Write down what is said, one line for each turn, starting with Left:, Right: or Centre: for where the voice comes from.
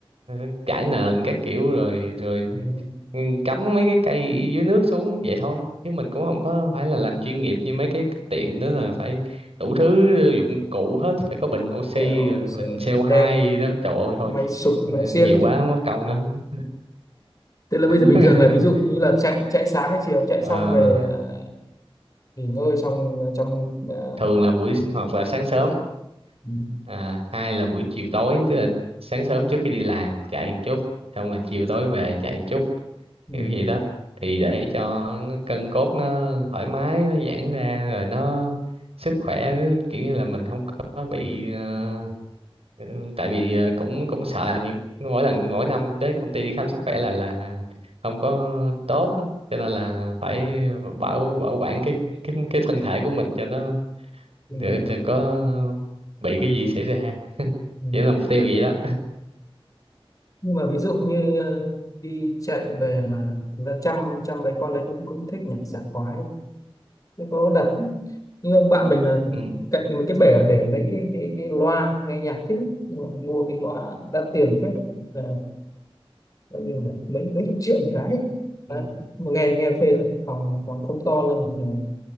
Right: uh, trải nền các kiểu rồi rồi
Left: con
Right: cắm mấy cái cây dưới nước xuống vậy thôi chứ mình cũng không có phải là làm chuyên nghiệp như mấy cái tiệm nữa là phải đủ thứ dụng cụ hết phải có bình oxy
Left: kẹo
Right: rồi bình
Left: rồi
Right: CO2
Left: đèn
Right: gì đó trời ơi thôi
Left: máy sụp máy xiếc
Right: nhiều quá mất công lắm
Left: <laughs> tức là bây
Right: <laughs>
Left: giờ bình thường là ví dụ như là chạy chạy sáng hay chiều chạy
Right: Ờ,
Left: xong về ờ, nghỉ ngơi xong trong ờ,
Right: thường là buổi sinh hoạt là sáng sớm
Left: ừ,
Right: à, hai là buổi chiều tối tức là sáng sớm trước khi đi làm chạy một chút xong rồi chiều tối về chạy một chút
Left: ừ,
Right: kiểu gì đó thì để cho nó- cân cốt nó thoải mái nó giãn ra rồi nó sức khỏe kiểu như là mình không có bị ờ, ừ, tại vì ờ, cũng cũng sợ những mỗi lần mỗi năm đến công ty đi khám sức khỏe là là là không có tốt á cho nên là phải bảo bảo quản cái cái cái thân thể của mình cho nó để
Left: ừ,
Right: đừng có bị cái gì xảy ra <laughs>
Left: ừ.
Right: chỉ là mục tiêu vậy đó
Left: nhưng mà ví dụ như ờ, đi chạy về mà chúng ta chăm chăm mấy con đấy cũng cũng thích nhỉ sảng khoái Thế có đặt như ông bạn mình là
Right: ừ.
Left: cạnh một cái bể để mấy cái cái cái loa nghe nhạc thích lắm. nhưng mà mua cái loa đắt tiền phết là coi như là mấy mấy chục triệu một cái ấy. đấy.
Right: ừ.
Left: mà nghe nghe phê thật phòng phòng không to là mình ờ,